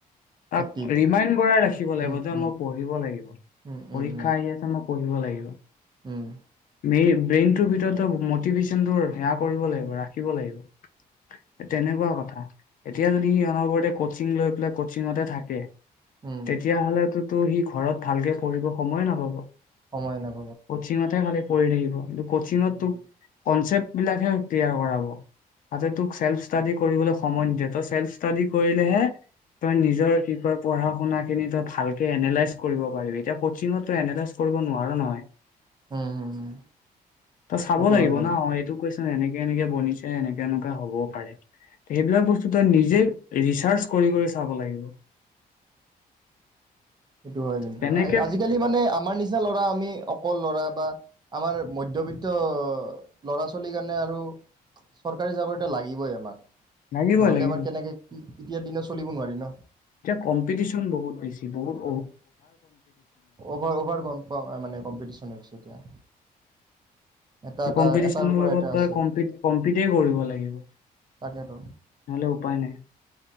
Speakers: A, on the left (about 60°); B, on the right (about 25°).
A: তাক
B: এক্টিভ।
A: ৰিমাইণ্ড কৰা ৰাখিব লাগিব
B: উম,
A: যে
B: উম,
A: মই পঢ়িব লাগিব,
B: উম, উম,
A: পৰীক্ষা
B: উম,
A: আহি আছে মই পঢ়িব লাগিব।
B: উম,
A: মে ব্ৰেইনটোৰ ভিতৰত মটিভেশ্যনটো সেয়া কৰিব লাগিব, ৰাখিব লাগিব। তেনেকুৱা কথা, এতিয়া যদি সি অনবৰতে কচিং লৈ পেলাই কচিঙতে থাকে
B: উম,
A: তেতিয়া হ'লেতো সি ঘৰত ভালকে পঢ়িব সময়ে নাপাব।
B: সময় নাপ
A: কচিঙতহে খালি পঢ়ি থাকিব। এইটো কচিঙতটো
B: উম।
A: কনচেপ্ট বিলাকহে ক্লিয়াৰ কৰাব, তাতে তোক চেল্ফ ষ্টাডী কৰিবলৈ সময় নিদিয়ে। তই চেল্ফ ষ্টাডী কৰিলেহে তই নিজৰ কি কয় পঢ়া শুনাখিনি তই ভালকে এনালাইজ কৰিব পাৰিবি। এতিয়া কচিঙত তই এনালাইজ কৰিব নোৱাৰ নহয়।
B: উম হম হম
A: ত চাব
B: সেইটো
A: লাগিব
B: হয় কিন্তু
A: ন, এইটো কৈচ এনেকে এনেকে বনিছে এনেকে এনেকুৱা হ'ব পাৰে। সেইবিলাক বস্তু তই নিজে ৰিচাৰ্চ কৰি কৰি চাব লাগিব।
B: সেইটো হয় কিন্তু,
A: তেনেকে
B: আজিকালি মানে আমাৰ নিচিনা ল'ৰা আমি অকল ল'ৰা বা আমাৰ মধ্যবৃত্ত অহ, ল'ৰা ছোৱালীৰ কাৰণে আৰু চৰকাৰী এটা লাগিবই আমাক।
A: লাগিবই
B: নহ'লে
A: লাগিব
B: এবাৰ কেনেকে কি এতিয়াৰ দিনা চলিব নোৱাৰি ন।
A: এতিয়া কম্পিটিশন বহুত বেছি, বহুত অহ
B: অভাৰ-অভাৰ গম পাওঁ মানে কম্পিটিচন হৈ গৈছে এতিয়া। এটা এটা
A: কম্পিটিচনৰ
B: এটাৰ পৰা
A: লগত
B: এটা আছে
A: তই কম্পিত-কম্পিতে কৰিব লাগিব, নহ'লে
B: তাকেতো
A: উপায় নাই।